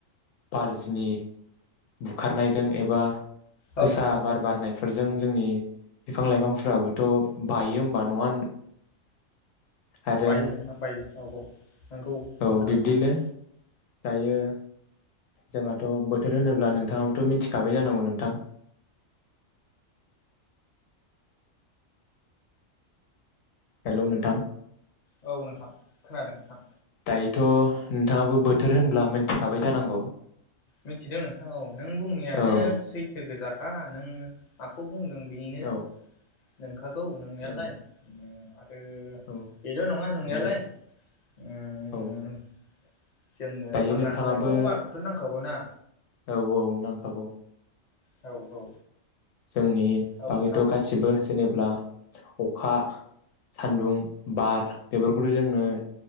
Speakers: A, on the left; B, on the left.
A: बारजिनि बुखारनायजों एबा
B: औ
A: गोसा
B: नोंथां औ
A: बार बारनायफोरजों जोंनि बिफां लाइफांफोराबोथ' बायो होमबा नङा आरो
B: बायो नोंथां बायो औ औ नंगौ
A: औ
B: नोंथां
A: बिब्दिनो
B: सैथो।
A: दायो। जोंहाथ' बोथोर होनोब्ला नोंथाङाबोथ' मिथिखाबाय जानांगौ नोंथां। हेलौ नोंथां।
B: औ नोंथां खोनादों नोंथां।
A: दायोथ' नोंथाङाबो बोथोर होनब्ला मोनथिखाबाय जानांगौ।
B: मिथिदों नोंथां औ नों बुंनायानो
A: औ
B: सैथो गोजा हा नों माखौ बुंदों बेनो
A: औ
B: नोंखा गौ नोंनायालाय
A: औ
B: <inaudible>
A: औ
B: बेल' नङा नंनायालाय
A: दायो
B: उमम
A: औ
B: जोंनो
A: दायो
B: थांना
A: नोंथाङाबो
B: थानोथ' बारखौथ' नां हगना।
A: औ औ नांखागौ।
B: औ औ।
A: जोंनि
B: औ
A: बागैथ'
B: नोंथां
A: गासिबो जेनेब्ला। अखा सान्दुं बार बेफोरखौथ' जोंनो